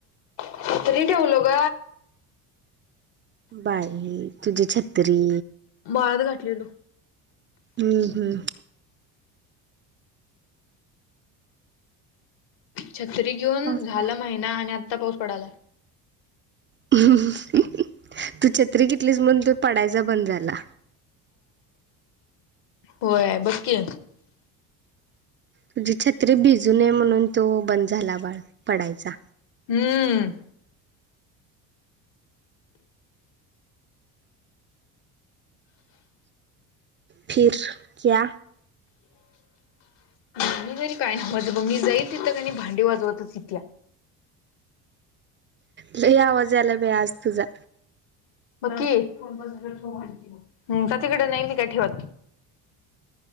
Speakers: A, on the left; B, on the right.
A: भाकरी ठेवल्या ग
B: बाई तुझी छत्री
A: बाळात घातलेलो
B: हम्म हम्म
A: छत्री घेऊन
B: हम्म
A: झालं महिना आणि आत्ता पाऊस पडालाय
B: तू छत्री घेतलीस म्हणून तो पडायचा बंद झाला
A: होय बघकी
B: तुझी छत्री भिजूूनये म्हणून तो बंद झाला बाळ पडायचा
A: हम्म
B: फिर क्या
A: <unintelligible> <unintelligible> मी जाईल तिथेच का नाय भांडे वाजवतच येत्या
B: लय आवाज याला बय आज तुझा
A: बघकी हम्म जा तिकडे नाही मी काय ठेवत